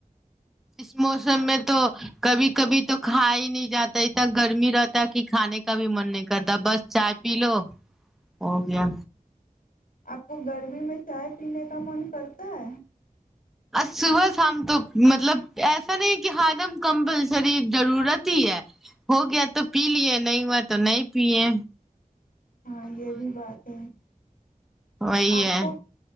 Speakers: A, in the centre; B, on the left (about 70°).
A: اس موسم میں تو کبھی کبھی تو کھا ہی نہیں جاتا اتنا گرمی رہتا ہے کہ کھانے کا بھی من نہیں کرتا بس چائے پی لو ہو گیا
B: آپ کو گرمی میں چائے پینے کا من کرتا ہے
A: ا صبحام تو مطلب ایسا نہیں کہ ہجم کمپلسری ضرورت ہی ہے ہو گیا تو پی لیے نہیں ہوا تو نہیں پیے
B: ہاں یہ بھی بات ہے
A: وہی
B: آپ
A: ہے
B: کو